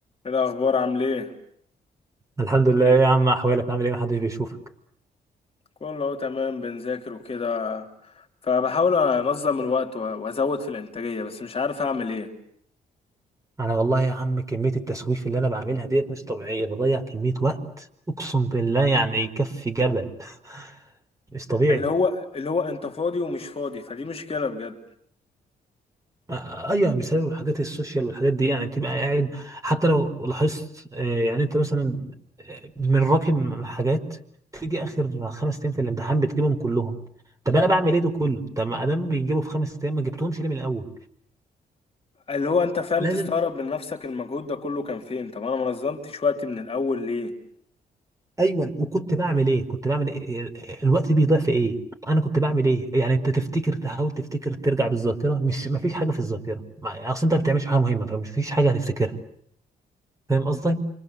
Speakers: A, on the left (about 35°); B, on the right (about 20°).
A: إيه الأخبار عامل إيه؟
B: الحمد لله إيه يا عم احوالك عامل ايه محدش بيشوفك
A: كله أهو تمام بنذاكر وكده فبحاول أنظم الوقت و- وأزود في الإنتاجية بس مش عارف أعمل إيه
B: انا والله يا عم كمية التسويف اللي انا بعملها ديت مش طبيعية بضيع كمية وقت اقسم بالله يعني يكفي جبل <laughs> مش طبيعي
A: اللي هو اللي هو أنت فاضي ومش فاضي فدي مشكلة بجد
B: آه، ايوه يعني بسبب حاجات السوشيال والحاجات دي يعني بتبقى قاعد حتى لو لاحظت آه، يعني انت مثلا آه، من راكم حاجات تيجي اخر خمس ايام في الامتحان بتجيبهم كلهم طب انا بعمل ايه ده كله طب ما ادام بيجيبوا في خمس ايام ما جبتهمش ليه من الاول
A: اللي هو أنت فاهم
B: لازم
A: تستغرب من نفسك المجهود ده كله كان فين طب أنا منظمتش وقتي من الأول ليه؟
B: ايوه وكنت بعمل ايه كنت بعمل إيه؟ الوقت بيضيع في ايه انا كنت بعمل ايه يعني انت تفتكر تحاول تفتكر ترجع بالذاكره مش ما فيش حاجه في الذاكره ما- اصل انت ما بتعملش حاجه مهمه فمش فيش حاجه هتفتكرها فاهم قصدي